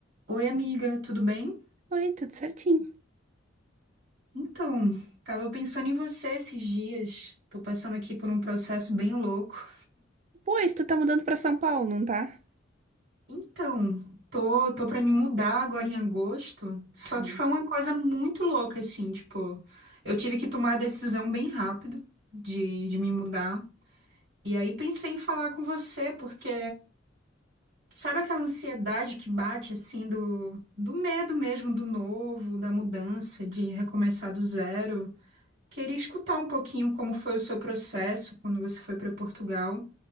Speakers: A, on the right (about 60°); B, on the right (about 35°).
A: Oi, amiga, tudo bem?
B: Oi, tudo certinho.
A: Então, tava pensando em você esses dias. Tô passando aqui por um processo bem louco.
B: Pois, tu tá mudando pra São Paulo, não tá?
A: Então, tô, tô para me mudar agora em agosto, só
B: Hum.
A: que foi uma coisa muito louca assim, tipo, eu tive que tomar a decisão bem rápido de, de me mudar. E aí pensei em falar com você, porque sabe aquela ansiedade que bate assim do, do medo mesmo do novo, da mudança, de recomeçar do zero? Queria escutar um pouquinho como foi o seu processo quando você foi para Portugal,